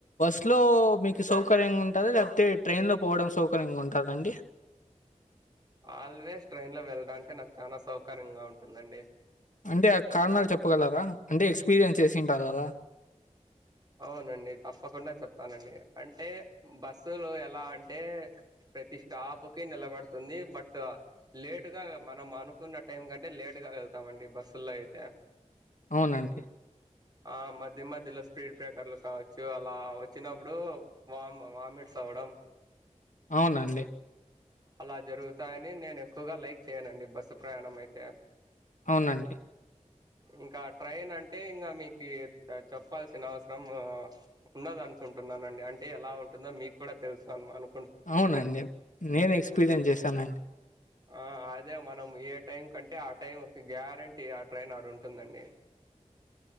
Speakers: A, on the left; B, on the right.
A: ఇంట్లో మీకు సౌకర్యంగా ఉంటద లేకపోతే ట్రైన్లో పోవడం సౌకర్యంగా ఉంటదండి
B: ఆల్వేస్ ట్రైన్ లో వెళ్ళడానికే నాకు చాలా సౌకర్యంగా ఉంటుందండి
A: అంటే ఆ కారణాలు చెప్పగలరా అంటే ఎక్స్పీరియన్స్ చేసింటారు కదా
B: అవునండి తప్పకుండా చెప్తానండి అంటే బస్ బస్సులు ఎలా అంటే ప్రతి స్టాప్ కి నిలబడుతుంది బట్ లేటుగా వే మనం అనుకున్న టైం కంటే లేట్గా వెళ్తామండి బస్సుల్లో అయితే
A: అవునండి
B: ఆ మద్యమద్యలో స్పీడ్ బ్రేకర్లు కావచ్చు అలా వచ్చినప్పుడు వా వామిట్స్ అవ్వడం
A: అవునండి
B: అలా జరుగుతాయని నేను ఎక్కువగా లైక్ చేయనండి బస్సు ప్రయాణం అయితే
A: అవునండి
B: ఇంకా ట్రైన్ అంటే ఇంకా మీకు చెప్పాల్సిన అవసరం ఉండదనుకుంటుననండీ అంటే ఎలా ఉంటుందో మీకు కూడా తెలుసు అనను
A: అవునండి నేను ఎక్స్పీరియన్స్ చేశానండి
B: ఆ అదే మనం ఏ టైం కంటే ఆ టైం గ్యారంటీ ఆ ట్రైన్ ఆ ఉంటుందండి